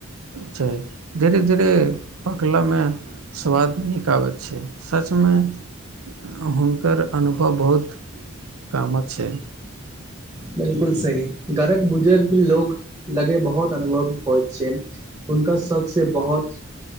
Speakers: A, on the right (about 85°); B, on the right (about 15°).
A: छै धीरे धीरे पकलऽमे स्वाद नीक आबैत छै सचमे ह् हुनकर अनुभव बहुत कामक छै
B: बिल्कुल सही घरक बुजुर्ग लोग लगे बहुत अनुभव होइत छै हुनका सभसे बहोत